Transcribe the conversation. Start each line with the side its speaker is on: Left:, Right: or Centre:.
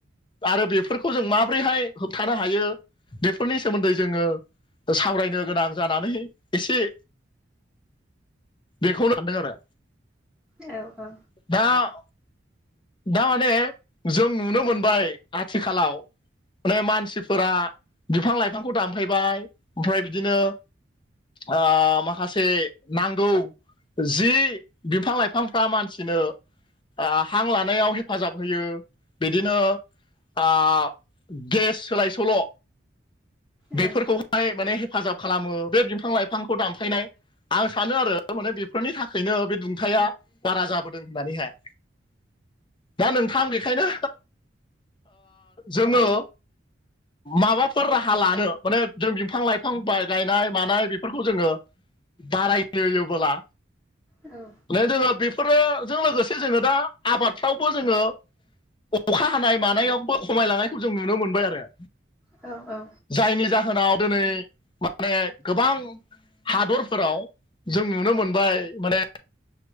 Left: आरो बेफोरखौ जों माबोरैहाय होबथानो हायो बेफोरनि सोमोन्दै जोङो सावरायनो गोनां जानानै एसे बेखौनो लादों आरो।
Centre: औ औ
Left: दा दा माने जों नुनो मोनबाय आथिखालाव माने मानसिफोरा बिफां लाइफांखौ दानफैबाय ओमफ्राय बिदिनो ओ माखासे नांगौ जि बिफां-लाइफांफ्रा मानसिनो ओ हां लानायाव हेफाजाब होयो बिदिनो ओ गेस सोलाय सोल'
Centre: औ
Left: बेफोरखौहाय माने हेफाजाब खालामो बे बिफां लाइफांखौ दानफायनाय आं सानो आरो माने बेफोरनि थाखायनो बे दुंथाया बारा जाबोदों होननानैहाय दा नोंथां बे- खायनो जोङो माबाफोर राहा हा लानो माने जों बिफां लाइफां गायनाय मानाय बेफोरखौ जोङो बारायहोयोबोला
Centre: औ
Left: जोङो बेफोरोजों लोगोसे जोङो दा आबादफ्रावबो जोङो अखा हानाय मानायावबो खमायलांनायखौ जों नुनो मोनबाय आरो।
Centre: औ औ
Left: जायनि जाहोनाव दिनै माने गोबां हादरफोराव जों नुनो मोनबाय माने